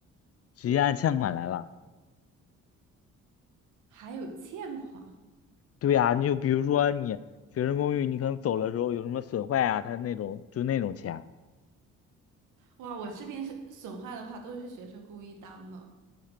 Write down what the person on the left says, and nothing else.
直接按欠款来了。
对呀，你就比如说你学生公寓，你可能走了时候有什么损坏啊，它那种就那种钱。